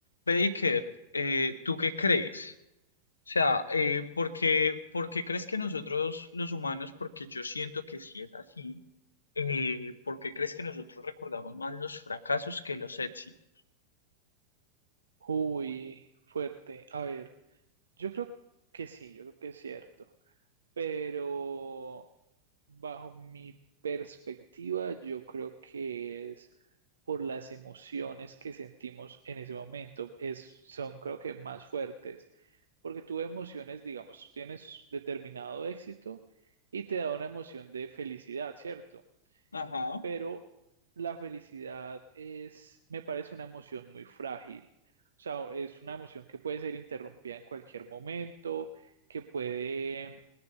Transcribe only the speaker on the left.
Baker, eh, ¿tú qué crees? O sea, eh, ¿por qué, por qué crees que nosotros los humanos, porque yo siento que sí es así, eh, ¿por qué crees que nosotros recordamos más los fracasos que los éxitos?
Ajá,